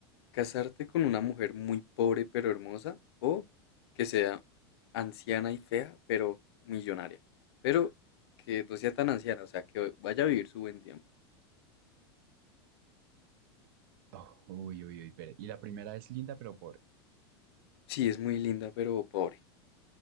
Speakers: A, on the left (about 80°); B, on the right (about 60°).
A: ¿Casarte con una mujer muy pobre pero hermosa o que sea anciana y fea pero millonaria? Pero que no sea tan anciana, o sea, que vaya a vivir su buen tiempo.
B: Oh, uy, uy, uy, pero- y la primera es linda, pero pobre.
A: Sí, es muy linda pero pobre.